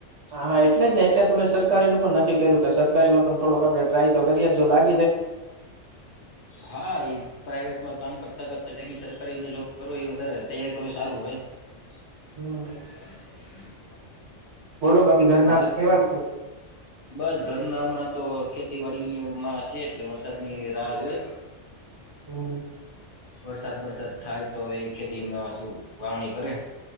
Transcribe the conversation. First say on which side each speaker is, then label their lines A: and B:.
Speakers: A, on the right; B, on the left.
A: હા હા એટલે જ ને એટલે ત મેં સરકારી નું પણ નક્કી કર્યું કે સરકારીમાં પણ થોડોક આપડે ટ્રાય તો કરીએ જ જો લાગ?
B: હા એ પ્રાઈવેટમાં કામ કરતા કર તા ભેગી સરકારીને જોબ કરો એ વધારે તૈયારી કરો એ સારું હોય. હ
A: હમ.
B: હ
A: બોલો બાકી ઘરના
B: મારે
A: કેવા છો
B: બસ ઘરના હમણાં તો ખે ખેતીવાડીનીમાં છે એટલે વરસાદની રાહ જોયસ?
A: હમ.
B: વરસાદ વરસાદ થાય તોવે એ ખેતીમાં શું વાવણી કરે?